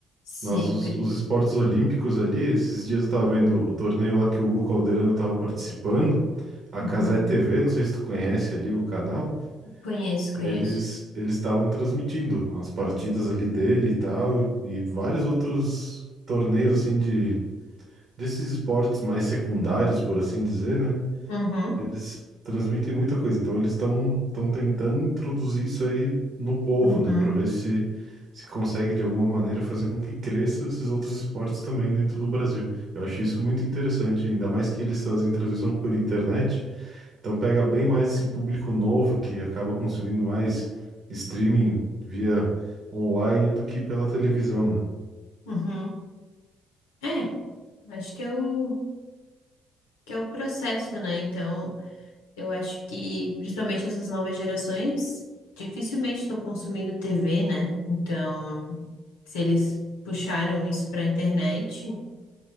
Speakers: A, on the left; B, on the right.
A: Sempre.
B: Mas os, os esportes olímpicos ali, esses dias eu tava vendo o torneio lá que o Hugo Calderano tava participando, a
A: Uhum.
B: Cazé TV, não sei se tu conhece ali o canal,
A: Conheço,
B: eles
A: conheço.
B: eles estavam transmitindo as partidas ali dele e tal, e vários outros torneios assim de desses esportes mais secundários, por assim dizer, né?
A: Uhum.
B: Eles transmitem muita coisa, então eles estão estão tentando introduzir isso aí no povo,
A: Uhum.
B: né, para ver se se consegue de alguma maneira fazer com que cresça esses outros esportes também dentro do Brasil. Eu achei isso muito interessante, ainda mais que eles fazem transmissão por internet, então pega bem mais esse público novo que acaba consumindo mais streaming via online do que pela televisão, né?
A: Uhum. É, acho que é o, que é o processo, né? Então, eu acho que, principalmente essas novas gerações, dificilmente estão consumindo TV, né? Então, se eles puxaram isso para a internet.